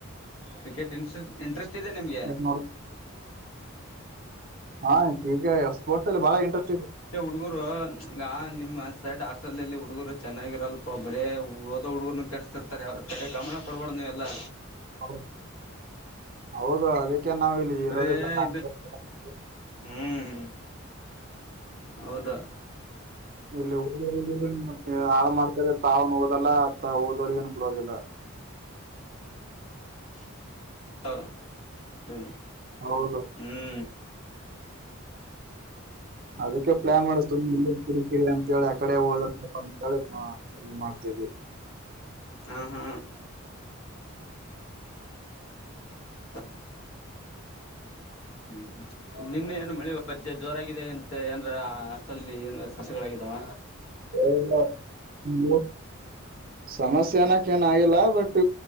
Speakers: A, on the left; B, on the right.
A: ಕ್ರಿಕೆಟ್ ಇಂಟ್ರಟ್ ಇಂಟ್ರೆಸ್ಟ್ ಇದೆ ನಿಮ್ಗೆ
B: ಎ ನ ಹಾ ಕಿಕ್ ಎಷ್ಟಪೋರ್ಟ್ ಬಾಳ ಇಂಟ್ರೆಟ್
A: ಹುಡುಗುರು ಹಂಗ ನಿಮ್ಮ್ ಸೈಡ್ ಹಾಸ್ಟೆಲ್ಲ್ಲಿ ಹುಡುಗರು ಚೆನ್ನಾಗಿರಲ್ಪಾ ಬರೇ ಓದೋ ಹುಡುಗರು ಕೆಡಸತಿರ್ತಾರೆ ಅವ್ರ ಕಡೆ ಗಮನ ಕೊಡಬಾರಡ ನೀವು ಎಲ್ಲಾ
B: ಹೌ ಹೌದು ಅದು ನಾವು ಇಲ್ಲಿ
A: ಬರೇ
B: ಇರೋದಿಲ್ಲ
A: ಇದು
B: <unintelligible>
A: ಹ್ಮ್ ಹೌದಾ
B: ಇಲ್ಲಿ ಹ ಹೆಣ್ಣು ಮಕ್ಕಳು ಹಾಳು ಮಾಡ್ಕೊ ತಾವ್ ಓದಲ್ಲ ಓದವರಿಗೇನ್ ಬಿಡೋದಿಲ್ಲ
A: ಹ <unintelligible> ಸರಿ ಹು
B: ಹೌದು
A: ಹ್ಮ್
B: ಅದಕ್ಕೆ ಪ್ಲಾನ್ ಮಾಡು ಕಿರಿಕಿರಿ ಅಂತೇಳಿ ಆಕಡೆ ಹೋದ ಅಂತೇಳಿ ಮಾಡ್ತೀವಿ
A: ಹಾ ಹಾ ಹ ಹ್ಮ್ ಹ್ಮ್ ನಿನ್ನೆ ಏನು ಮಳೆ ಅಪ್ಪಾಜಿ ಜೋರಾಗಿದೆ ಅಂತ ಏನ ಹಾಸ್ವೇಲ್ ಏ ಸಮಸ್ಯೆಗಳಾಗಿದ್ದಾವ
B: ಇಲ್ಲ ನೀವು ಸಮಸ್ಯ ನ ಕ ಆಗಲ್ಲ ಬಟ್